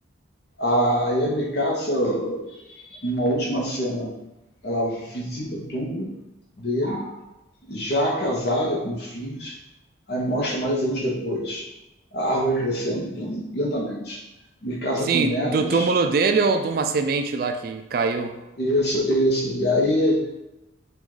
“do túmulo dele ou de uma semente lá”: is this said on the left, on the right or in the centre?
Right